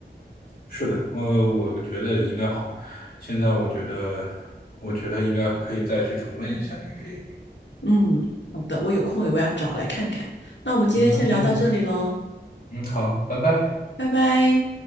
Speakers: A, on the left; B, on the left.
A: 是的，呃，我觉得应该好。现在我觉得，我觉得应该可以再去重温一下那个电影。
B: 嗯，好的，我有空也我要找来看看。那我们今天先聊到这里喽，
A: 嗯，那今，嗯，好，拜拜。
B: 拜拜。